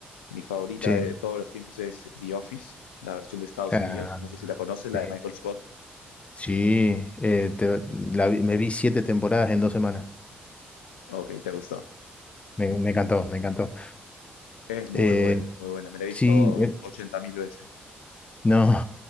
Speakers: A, on the left; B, on the left.
A: Mi favorita
B: Sí.
A: de todos los tiempos es The Office, la versión de Estados
B: Ah,
A: Unidos. No sé si la conoces, la
B: sí.
A: de Michael Scott.
B: Sí, eh, te- la vi- me vi siete temporadas en dos semanas.
A: Ok, te gustó.
B: Me, me encantó, me encantó.
A: Es muy
B: Eh,
A: buena, muy buena. Me la he
B: sí,
A: visto ochenta mil veces.
B: No,